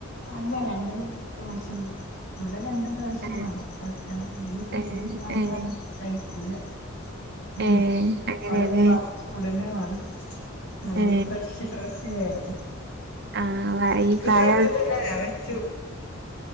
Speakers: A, on the left; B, on the right.
A: അല്ല രണ്ടരും പ്രാവശ്യം വെ ക്കും ഇവിട രണ്ട് പ്രാവശ്യങ്ങളാണ്
B: ഏ
A: വെക്കണം അല്ലെങ്കിൽ
B: ഏ
A: വീട് പറ
B: ഏ
A: കഴിക്കൂല ഉ
B: ഏ അങ്ങനെയല്ലേ
A: അവരെ പ്രാർത്ഥിച്ച ഉടനെ വേണം നല്ല
B: ഏ
A: ഫ്രഷ് ഫ്രഷ് വേണം
B: ആഹ
A: എനിക്ക്
B: ഈ പ്രായ
A: കൊഴപ്പൊന്നുല്ല വെച്ചു